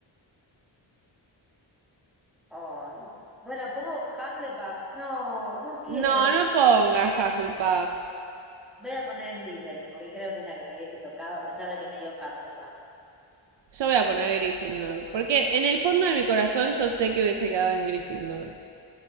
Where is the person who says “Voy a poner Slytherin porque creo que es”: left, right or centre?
Centre